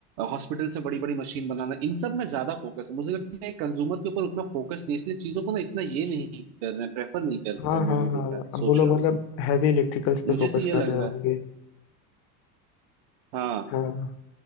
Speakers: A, on the right; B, on the left.
A: हॉस्पिटल से बड़ी बड़ी मशीन बनाना इन सब में ज्यादा फोकस है मुझे लगता है कंज्यूमर के ऊपर उतना फोकस नहीं इसलिए चीजों को ना इतना ये नहीं कर रहे हैं प्रेफर नहीं कर रहे
B: हाँ
A: हैं मैंने
B: हाँ हाँ
A: देखा
B: अब
A: सोच
B: वो लोग
A: रहा हूँ
B: मतलब हैवी इलेक्ट्रिकल्स पे
A: मुझे
B: फोकस
A: तो ये
B: कर
A: लग
B: रहे होंगे
A: रहा है हाँ
B: हाँ